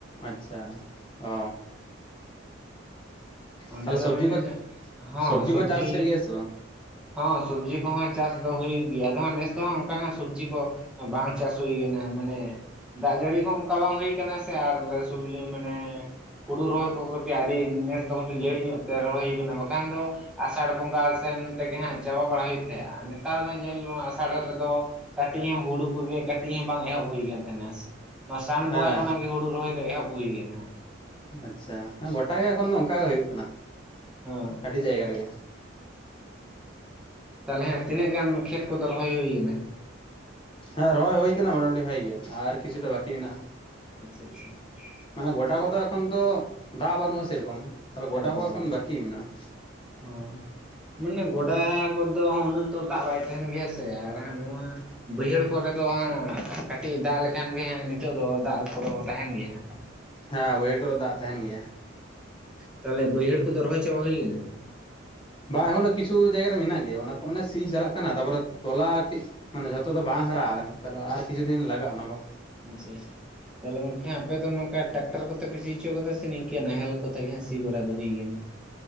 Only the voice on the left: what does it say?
ᱟᱪᱪᱷᱟ ᱚᱻ
ᱛᱟᱦᱚᱞᱮ ᱥᱚᱵᱽᱡᱤ
ᱠᱚ
ᱥᱚᱵᱽᱡᱤ
ᱠᱚ ᱪᱟᱥ ᱦᱩᱭᱩᱜ ᱜᱮᱭᱟ ᱥᱮ ᱵᱟᱝ?
ᱦᱮᱸ
ᱟᱪᱪᱷᱟ ᱦᱮᱸ ᱜᱚᱴᱟ ᱜᱮ ᱮᱠᱷᱚᱱ ᱫᱚ ᱚᱱᱠᱟ ᱜᱮ ᱦᱩᱭᱩᱜ ᱠᱟᱱᱟ᱾
ᱟᱹᱰᱤ ᱡᱟᱭᱜᱟ ᱨᱮᱜᱮ
ᱦᱮᱸ ᱨᱚᱦᱚᱭ ᱦᱩᱭ ᱟᱠᱟᱱᱟ ᱢᱚᱴᱟᱡᱩᱴᱤ ᱵᱷᱟᱜᱤ ᱜᱮ ᱟᱨ ᱠᱤᱪᱷᱩᱴᱟ ᱵᱟᱠᱤ ᱢᱮᱱᱟᱜᱼᱟ᱾
ᱢᱟᱱᱮ ᱜᱚᱰᱟ ᱠᱚᱫᱚ ᱮᱠᱷᱚᱱ ᱫᱚ ᱫᱟᱜ ᱵᱟᱹᱱᱩᱜᱼᱟ ᱥᱮᱨᱚᱠᱚᱢ ᱛᱟᱦᱚᱞᱮ
ᱜᱚᱰᱟ ᱠᱚ
ᱮᱠᱷᱚᱱ ᱵᱟᱹᱠᱤ ᱢᱮᱱᱟᱜᱼᱟ
ᱦᱮᱸ ᱵᱟᱹᱭᱦᱟᱹᱲ ᱠᱚᱨᱮ ᱫᱟᱜ ᱛᱟᱦᱮᱱ ᱜᱮᱭᱟ᱾
ᱵᱟᱝ ᱮᱠᱷᱚᱱᱳ ᱠᱤᱪᱷᱩ ᱡᱟᱭᱜᱟ ᱨᱮ ᱢᱮᱱᱟᱜ ᱜᱮᱭᱟ ᱚᱱᱟ ᱠᱚ ᱢᱮᱟᱱᱮ ᱥᱤ ᱪᱟᱞᱟᱜ ᱠᱟᱱᱟ ᱛᱟᱯᱚᱨᱮ ᱛᱚᱞᱟ ᱠᱟᱹᱴᱤᱡ ᱢᱟᱱᱮ ᱡᱷᱚᱛᱚ ᱫᱚ ᱵᱟᱝ ᱦᱟᱨᱟ ᱟᱠᱟᱱᱟ ᱛᱟᱦᱚᱞᱮ ᱟᱨ ᱠᱤᱪᱷᱩ ᱫᱤᱱ ᱞᱟᱜᱟᱜᱼᱟ ᱚᱱᱟ ᱠᱚ᱾